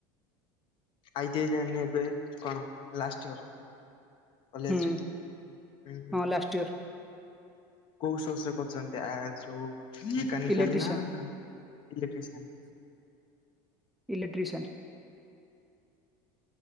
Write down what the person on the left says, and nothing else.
ଆ ଟି ଆଇ ତା ହନେ ଏବେ କଣ ଲାଷ୍ଟ ଇୟର। କଲେଜ
ରି ହୁଁ ହଁ।
କୋଉ ଶ ସେ କରୁଛନ୍ତି ଆ ଯଉ। ମେକାନିକାଲ
ନା ଏଲେକ୍ଟ୍ରିସଆନ୍।